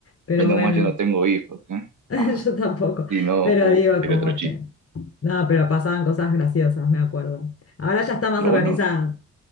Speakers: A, on the left; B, on the right.
A: Pero
B: menos
A: bueno,
B: mal yo no tengo hijos, ¿eh?
A: <laughs>
B: Ah,
A: yo tampoco.
B: sí no,
A: Pero
B: uf,
A: digo,
B: sería
A: como
B: otro chiste.
A: que... No, pero pasaban cosas graciosas, me acuerdo. Ahora ya está más
B: Lo
A: organizada.
B: bueno,